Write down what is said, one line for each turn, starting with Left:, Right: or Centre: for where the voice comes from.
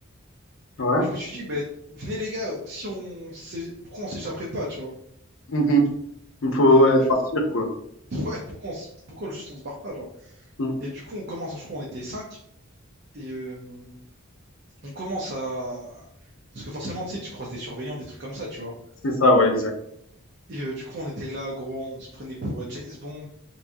Left: Ouais.
Right: Bah, je me suis dit, bah, venez les gars, si on s'é- pourquoi on s'échapperait pas, tu vois.
Left: Mhm. Il faut
Right: Et euh,
Left: ouais,
Right: du
Left: partir
Right: coup,
Left: quoi.
Right: <laughs> ouais, pourquoi, on s- pourquoi juste on se barre pas, genre.
Left: Mm.
Right: Et du coup, on commence, je crois, on était cinq Et euh, on commence à. Parce que forcément, tu sais, tu croises des surveillants, des trucs comme ça, tu vois.
Left: C'est ça, ouais, exact.
Right: Et euh, du coup, on était là, gros, on se prenait pour euh, James Bond.